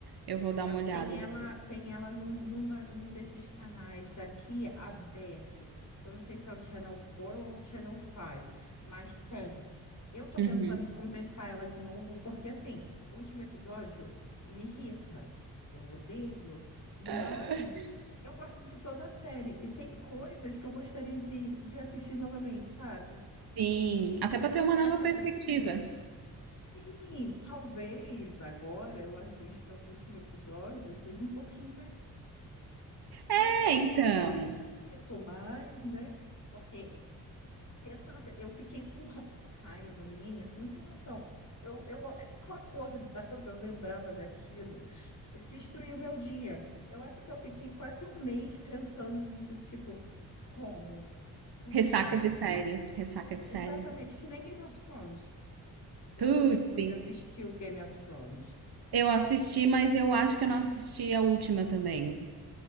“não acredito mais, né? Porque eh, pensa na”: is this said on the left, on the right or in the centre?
Left